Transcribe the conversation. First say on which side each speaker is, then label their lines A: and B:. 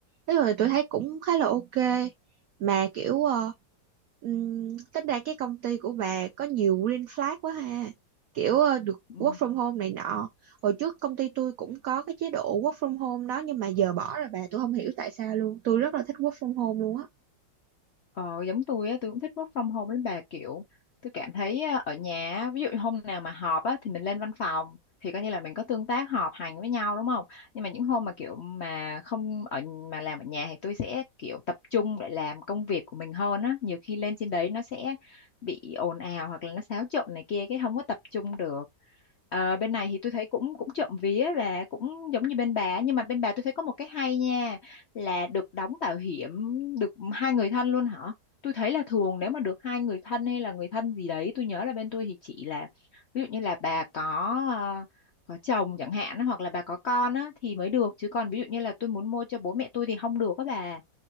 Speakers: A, on the right; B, on the left.
A: thế rồi tôi thấy cũng khá là ok mà kiểu ờ, ừm, tính ra cái công ty của bà có nhiều green flag quá ha kiểu ờ, được
B: Ừ.
A: work from home này nọ hồi trước công ty tôi cũng có cái chế độ work from home đó nhưng mà giờ bỏ rồi bà tôi không hiểu tại sao luôn tôi rất là thích work from home luôn á
B: Ờ, giống tôi á, tôi cũng thích work from home đến bà kiểu tôi cảm thấy á, ở nhà á, ví dụ như hôm nào mà họp á, thì mình lên văn phòng thì coi như là mình có tương tác họp hành với nhau đúng không nhưng mà những hôm mà kiểu mà không ở mà làm ở nhà thì tôi sẽ kiểu tập trung để làm công việc của mình hơn á nhiều khi lên trên đấy nó sẽ bị ồn ào hoặc là nó xáo trộn này kia cái không có tập trung được Ờ, bên này thì tôi thấy cũng cũng trộm vía và cũng giống như bên bà nhưng mà bên bà tôi thấy có một cái hay nha là được đóng bảo hiểm được hai người thân luôn hả? Tôi thấy là thường nếu mà được hai người thân hay là người thân gì đấy, tôi nhớ là bên tôi thì chỉ là ví dụ như là bà có ờ, có chồng chẳng hạn á, hoặc là bà có con á thì mới được chứ còn ví dụ như là tôi muốn mua cho bố mẹ tôi thì không được các bà.